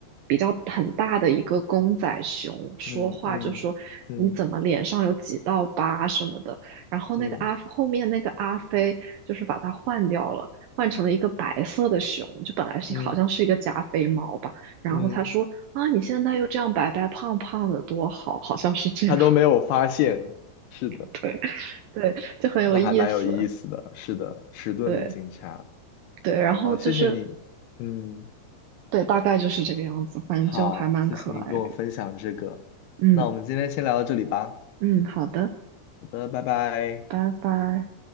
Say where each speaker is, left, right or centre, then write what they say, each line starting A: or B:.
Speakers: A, on the right; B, on the left.
A: 比较很大的一个公仔熊说话，
B: 嗯嗯嗯
A: 就说你怎么脸上有几道疤什么的。然后那个阿后面那个阿飞就是把它换掉了，
B: 嗯
A: 换成了一个白色的熊，就本来是好像是一个加菲猫吧。
B: 嗯
A: 然后他说啊，
B: 嗯，
A: 你现在又这样白白胖胖的，多好，好像是这样，
B: 他都没有发现，是的，
A: <laughs> 对对，就很有意思。
B: 那还蛮有意思的，是的，迟钝的警察，
A: 对对，然后就是
B: 好，谢谢你，嗯，
A: 对，大概就是这个样子，反正就还蛮可爱的。
B: 好，谢谢你跟我分享这个，
A: 嗯
B: 那我们今天先聊到这里吧，
A: 嗯，好的，
B: 好的，拜拜。
A: 拜拜。